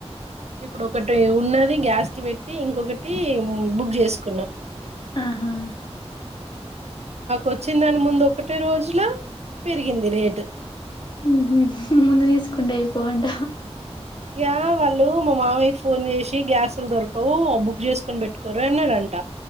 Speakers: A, on the right; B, on the left.
A: ఇప్పుడు ఒకటి ఉన్నది గ్యాస్ కి పెట్టి ఇంకొకటి బుక్ చేసుకున్నాం
B: ఆహా
A: వచ్చిన దాని ముందు ఒకటే రోజులా పెరిగింది రేటు
B: హ్మ్ ముందు తీసుకుంట అయిపోవంట
A: ఇక వాళ్ళు మా మావయ్యకి ఫోన్ చేసి గ్యాస్లు దొరకవు బుక్ చేసుకొని పెట్టుకోరు అన్నారంట